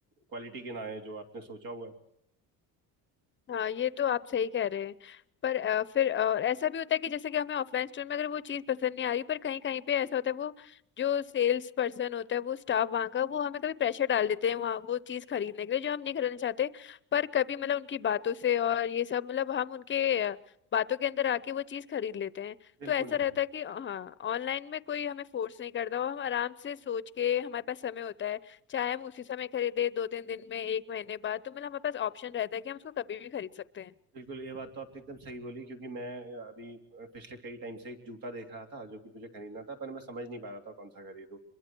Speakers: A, on the right; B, on the left.
A: क्वालिटी के ना आए जो आपने सोचा हुआ है
B: हाँ ये तो आप सही कह रहे हैं पर अ, फिर अ, ऐसा भी होता है कि जैसे कि हमें ऑफलाइन स्टोर में अगर वो चीज़ पसंद नहीं आ रही पर कहीं कहीं पे ऐसा होता है वो जो सेल्स पर्सन होता है वो स्टाफ वहाँ का वो हमें कभी प्रेशर डाल देते हैं वहाँ वो चीज़ खरीदने के लिए जो हम नहीं खरीदना चाहते पर कभी मतलब उनकी बातों से और ये सब मतलब हम उनके अ, बातों के अंदर आके वो चीज़ खरीद लेते हैं
A: बिल्कुल
B: तो ऐसा रहता है कि हाँ ऑनलाइन में कोई हमें फोर्स नहीं करता और हम आराम से सोच के हमारे पास समय होता है चाहे हम उसी समय खरीदे दो तीन दिन में एक महीने बाद तो मतलब हमारे पास ऑप्शन रहता है कि हम उसको कभी भी खरीद सकते हैं
A: बिल्कुल ये बात तो आपने एकदम सही बोली क्योंकि मैं अभी पिछले कई टाइम से एक जूता देख रहा था जो कि मुझे खरीदना था पर मैं समझ नहीं पा रहा था कौन सा खरीदूं